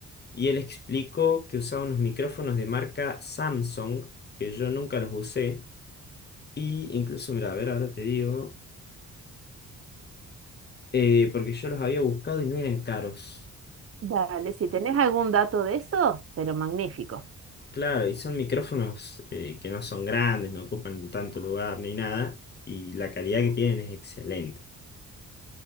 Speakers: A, on the left; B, on the right.
A: Y él explicó que usaba unos micrófonos de marca Samsung, que yo nunca los usé, y incluso, mira, a ver, ahora te digo, eh, porque yo los había buscado y no eran caros.
B: Dale, si tenés algún dato de eso, pero magnífico.
A: Claro, y son micrófonos eh, que no son grandes, no ocupan tanto lugar ni nada, y la calidad que tienen es excelente.